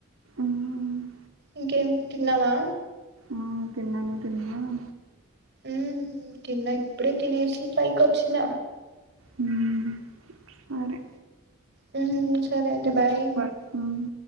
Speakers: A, on the right; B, on the right.
A: మ్ ఉ
B: ఇంకేం తిన్నావా?
A: ఆ! తిన్నాను. తిన్నావా?
B: మ్ తిన్నా ఇప్పుడే, తినేసి పైకి వచ్చిన
A: హ్మ్. సరే.
B: మ్ సరే అయితే
A: హ్మ్.
B: బాయ్.
A: హ్మ్.